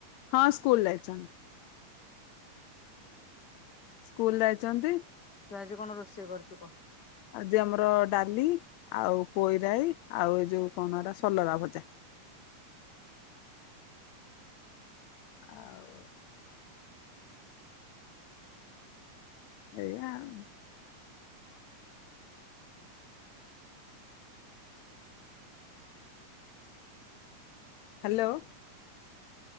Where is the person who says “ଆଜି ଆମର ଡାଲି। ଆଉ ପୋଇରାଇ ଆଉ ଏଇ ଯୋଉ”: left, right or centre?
Left